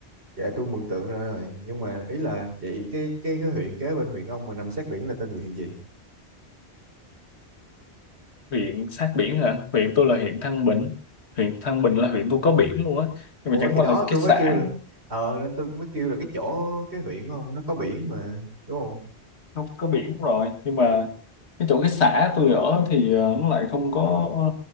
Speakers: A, on the right; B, on the left.
A: dạ tôi mường tượng ra rồi nhưng mà ý là vậy cái cái cái huyện kế bên huyện ông mà nằm sát biển là tên huyện gì
B: huyện sát biển hả? Huyện tôi là huyện Thăng Bình. Huyện Thăng Bình là huyện tôi có biển luôn á. Nhưng
A: ủa
B: mà chẳng
A: thì
B: qua
A: đó
B: là cái
A: tôi
B: xã
A: mới kêu là ờ nên tôi mới kêu là cái chỗ cái huyện không nó có biển mà đúng không
B: không có biển rồi. Nhưng mà cái chỗ cái xã tôi ở thì ờ, nó lại không có